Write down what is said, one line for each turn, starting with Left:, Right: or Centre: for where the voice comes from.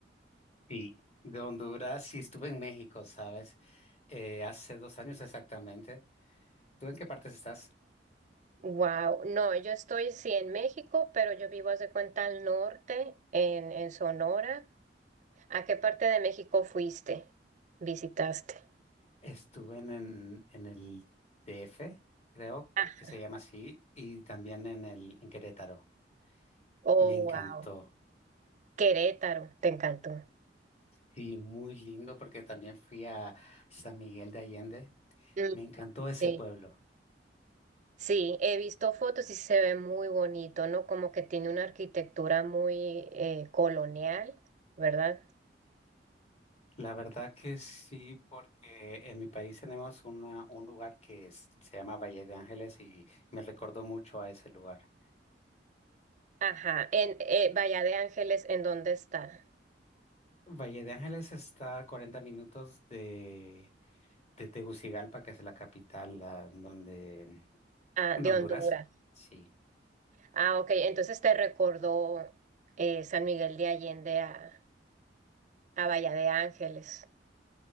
Left: Sí, de Honduras y estuve en México, ¿sabes? Eh, hace dos años exactamente. ¿Tú en qué partes estás?
Right: Wow, no, yo estoy sí en México, pero yo vivo, haz de cuenta, al norte, en, en Sonora, ¿A qué parte de México fuiste? ¿Visitaste?
Left: Estuve en, en, en el DF, creo
Right: Ah,
Left: que se llama así, y también en el, en Querétaro.
Right: oh,
Left: Me encantó.
Right: wow. Querétaro, te encantó.
Left: Sí, muy lindo porque también fui a San Miguel de Allende.
Right: Mm,
Left: Me encantó ese
Right: Sí.
Left: pueblo.
Right: Sí, he visto fotos y se ve muy bonito, ¿no? Como que tiene una arquitectura muy eh, colonial, ¿verdad?
Left: La verdad que sí, porque en mi país tenemos una, un lugar que es- se llama Valle de Ángeles y me recordó mucho a ese lugar.
Right: Ajá. En eh, Bahía de Ángeles, ¿en dónde está?
Left: Valle de Ángeles está a 40 minutos de, de Tegucigalpa, que es la capital, la- donde
Right: Ah,
Left: De
Right: de
Left: Honduras,
Right: Honduras.
Left: sí.
Right: Ah, ok. Entonces te recordó eh, San Miguel de Allende a, a Bahía de Ángeles.